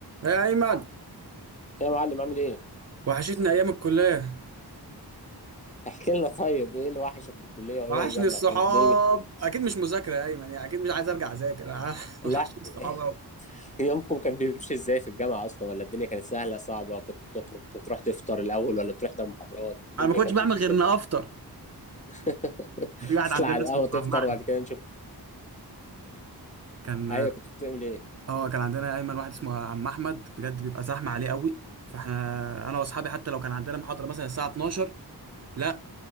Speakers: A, on the right; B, on the left.
A: يا ايمن
B: إيه يا معلم عامل ايه؟
A: وحشتني ايام الكليه
B: احكي لنا طيب ايه اللي وحشك في الكلية وايه
A: وحشني
B: ايامها
A: الصحاب
B: كانت الدنيا
A: اكيد مش مذاكره يا ايمن يعني اكيد مش عايز ارجع اذاكر أنا <laughs>
B: لا
A: وحشني الصحاب قوي
B: <laughs> يومكم كان بيمشي ازاي في الجامعة اصلا ولا الدنيا كانت سهلة صعبة كنت بتخرج بتروح تفطر الاول ولا بتحضر محاضرات الدنيا
A: انا ما كنتش
B: كانت
A: بعمل
B: بتمشي
A: غير
B: ازاي؟
A: اني افطر
B: <laughs>
A: في واحد
B: تطلع
A: عندنا
B: على
A: اسمه
B: القهوة تفطر
A: عم احمد
B: وبعد كده نشوف
A: كان
B: ايوه كنت بتعمل ايه؟
A: اه كان عندنا يا ايمن واحد اسمه عم احمد بجد بيبقى زحمه عليه قوي فاحنا انا واصحابي حتى لو كان عندنا محاضره مثلا الساعه 12 لا